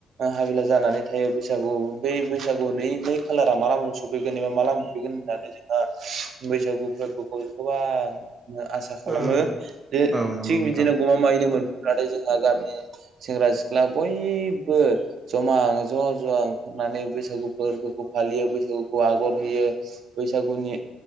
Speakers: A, on the right; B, on the right.
A: हाबिला जानानै थायो बैस बैसागु बेै बैसागु नै नै खालारा माला मोनफै सफैगोन एबा माला मोनफैगोन होननानै जोंहा बैसागु फोरबोखौ गोबां आसा खालामो
B: औ
A: जे
B: औ नंगौ
A: थिग
B: नोंथां
A: बिदिनो गमामायैनो मोन जोंहा गामिनि सेंग्रा सिख्ला बयबो जमानो ज' ज ओंखारनानै बैसागु फोरबोखौ फालियो बैसागुखौ आगर होयो बैसागुनि